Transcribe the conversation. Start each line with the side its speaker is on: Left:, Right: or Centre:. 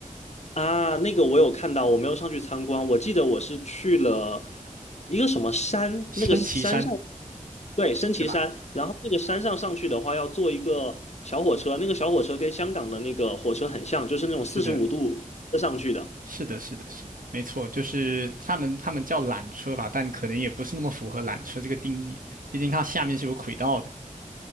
Left: 啊，那个我有看到，我没有上去参观。我记得我是去了一个什么山，
Right: 升旗山，
Left: 那个山上，对，升旗山。
Right: 对吧？
Left: 然后那个山上上去的话，要坐一个小火车，那个小火车跟香港的那个火车很像，就是那种四十五度上去的。
Right: 是的，是的，是的，是的没错，就是他们他们叫缆车吧，但可能也不是那么符合缆车这个定义，毕竟它下面是有轨道的。